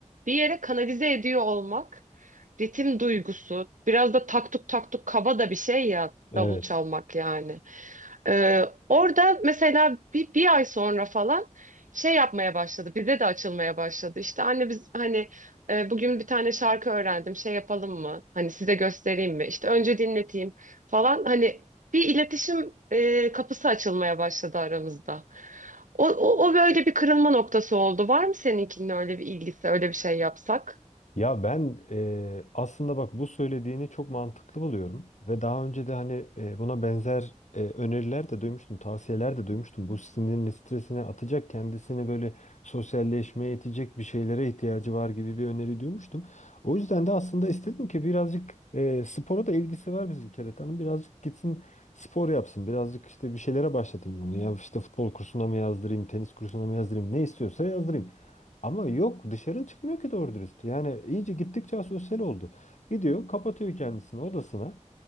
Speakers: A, on the right (about 85°); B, on the left (about 65°).
A: bir yere kanalize ediyor olmak. Ritim duygusu. Biraz da taktuk taktuk kaba da bir şey ya
B: evet.
A: davul çalmak yani. Ee, orada mesela bir, bir ay sonra falan şey yapmaya başladı. Bize de açılmaya başladı. İşte anne biz hani e, bugün bir tane şarkı öğrendim. Şey yapalım mı? Hani size göstereyim mi? İşte önce dinleteyim falan. Hani bir iletişim e, kapısı açılmaya başladı aramızda. O, o, o böyle bir kırılma noktası oldu. Var mı seninkinin öyle bir ilgisi, öyle bir şey yapsak?
B: Ya ben eee, aslında bak bu söylediğini çok mantıklı buluyorum ve daha önce de hani eee, buna benzer eee, öneriler de duymuştum, tavsiyeler de duymuştum. Bu sinirini, stresini atacak, kendisini böyle sosyalleşmeye itecek bir şeylere ihtiyacı var gibi bir öneri duymuştum. O yüzden de aslında istedim ki birazcık eee, spora da ilgisi var bizim Keretan'ın. Birazcık gitsin spor yapsın, birazcık işte bir şeylere başlatayım bunu. Ya işte futbol kursuna mı yazdırayım, tenis kursuna mı yazdırayım, ne istiyorsa yazdırayım. Ama yok dışarı çıkmıyor ki doğru dürüst. Yani iyice gittikçe asosyal oldu. Gidiyor kapatıyor kendisini odasına